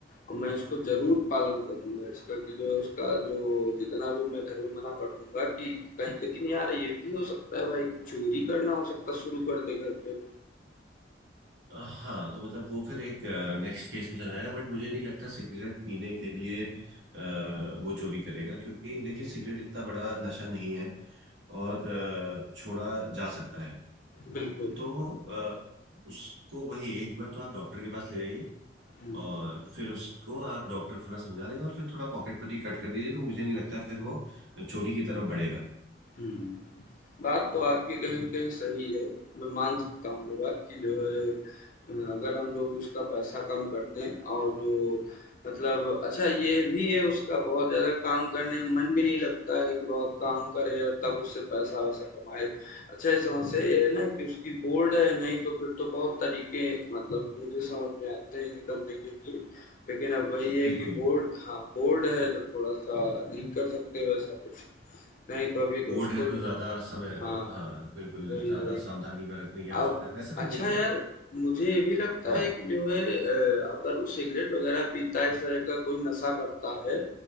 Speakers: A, on the left; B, on the right.
A: और मैं इसको ज़रूर पालन करूँगा इसका कि जो उसका जो जितना भी मैं घर में मना कर दूँगा कि कहीं लेकिन यार ये भी हो सकता है भाई कि चोरी करना हो सकता है शुरू कर दे घर पे।
B: हाँ तो मतलब वो फिर एक नेक्स्ट केस में चला जाएगा बट मुझे नहीं लगता सिगरेट पीने के लिए अ, वो चोरी करेगा क्योंकि देखिए सिगरेट इतना बड़ा नशा नहीं है और अ, छोड़ा जा सकता है
A: बिल्कुल।
B: तो अ, उसको वही एक बार तो आप डॉक्टर के पास ले जाइए
A: हुँ,
B: और फिर उसको आप डॉक्टर थोड़ा समझा देगा और फिर थोड़ा पॉकेटमनी कट कर दीजिए तो मुझे नहीं लगता फिर वो चोरी की तरफ बढ़ेगा
A: हुँ। बात तो आपकी कहीं न कहीं सही है। मैं मान सकता हूँ ये बात कि जो है अगर हम लोग उसका पैसा कम कर दें और जो मतलब अच्छा ये भी है उसका बहुत ज़्यादा काम करने में मन भी नहीं लगता है कि बहुत काम करे और तब उससे पैसा-वैसा कमाए। अच्छा ये समस्या ये है ना कि उसकी बोर्ड है, नहीं तो फिर तो बहुत तरीके मतलब मुझे समझ में आते हैं करने के लिए। लेकिन अब वही है
B: बिल्कुल
A: कि बोर्ड हाँ, बोर्ड है तो थोड़ा-सा नहीं कर सकते वैसा कुछ। नहीं तो अभी तो
B: बोर्ड
A: उसको
B: है
A: जो
B: तो ज्यादा समय
A: हाँ,
B: हाँ बिल्कुल
A: वही,
B: ज्यादा
A: वही।
B: सावधानी बरतने की आवश्यकता
A: अब
B: है वैसे तो
A: अच्छा
B: देखिए
A: यार, मुझे ये भी लगता
B: हाँ
A: है कि जो है अ, अगर वो सिगरेट वगैरह पीता है, इस तरह का कोई नशा करता है,